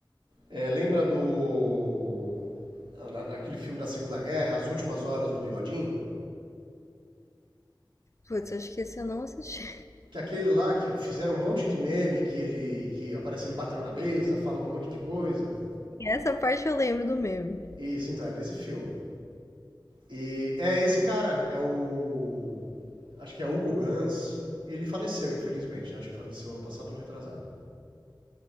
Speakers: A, on the right (about 85°); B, on the left (about 40°).
A: É, lembra do. Aquele filme da Segunda Guerra, As Últimas Horas do Bigodinho?
B: Putz, acho que esse eu não assisti. <laughs>
A: Que aquele lá que fizeram um monte de meme, que ele que aparece ele batendo na mesa, falando um monte de coisa.
B: Essa parte eu lembro do meme.
A: Isso, então, é desse filme. E é esse cara, é o. Acho que é Hugo Gans. Ele faleceu, infelizmente, né? Acho que faleceu ano passado ou ano retrasado.